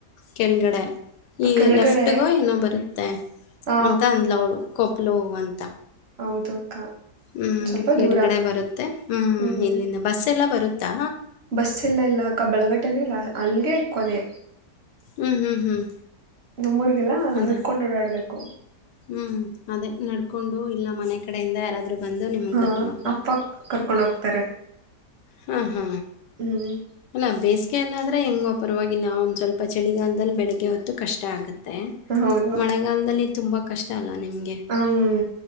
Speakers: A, on the left; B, on the right.
A: ಕೆಳಗಡೆ ಈಗ
B: ಕೆಳಗಡೆ
A: ಲೆಫ್ಟ್ಗೋ ಏನೋ ಬರುತ್ತೆ
B: ಹ
A: ಅಂತ ಅಂದ್ಲ ಅವ್ಳು ಕೊಪ್ಪ ಲೋ ಅಂತ
B: ಹೌದು ಅಕ್ಕ
A: ಹ್ಮ್.
B: ಸ್ವಲ್ಪ ದೂರ
A: ಎಡಗಡೆ ಬರುತ್ತೆ
B: ಹ್ಮ್
A: ಇಲ್ಲಿಂದ ಬಸ್ ಎಲ್ಲ ಬರುತ್ತಾ?
B: ಬಸ್ಸ ಎಲ್ಲ ಇಲ್ಲ ಅಕ್ಕ ಬಳಗಟ್ಟನ ಇಲ್ಲ ಅಲ್ಲಿಗೆ ಕೊನೆ
A: ಹ್ಮ್ ಹ್ಮ್ ಹ್ಮ್
B: ನಮ್ಮೂರ್ಗೆಲ್ಲ
A: ಅದೇ
B: ನಡ್ಕೊಂಡ್ ಓಡಾಡ್ಬೇಕು ಕ
A: ಹ್ಮ್ ಅದೇ ನಡ್ಕೊಂಡು ಇಲ್ಲ ಮನೆ ಕಡೆಯಿಂದ ಯಾರಾದ್ರೂ ಬಂದು ನಿಮ್ಮನ್ನ
B: ಹಾ
A: ಕರ್ಕೊಂಡು
B: ಅಪ್ಪ ಕರ್ಕೊಂಡ ಹೋಗ್ತಾರೆ
A: ಹ್ಮ ಹ್ಮ
B: ಹ್ಮ್
A: ಅಲ್ಲಾ ಬೇಸಿಗೆಯ ಎಲ್ಲಾದ್ರೆ ಹೆಂಗೋ ಪರವಾಗಿಲ್ಲ ಒಂದ್ ಸ್ವಲ್ಪ ಚಳಿಗಾಲದಲ್ಲಿ ಬೆಳಿಗ್ಗೆ ಹೊತ್ತು ಕಷ್ಟ ಕಷ್ಟ ಆಗುತ್ತೆ
B: ಹೌದು
A: ಮಳೆಗಾಲದಲ್ಲಿ ತುಂಬಾ ಕಷ್ಟ ಅಲ್ಲ ನಿಮಗೆ
B: ಹ್ಮ್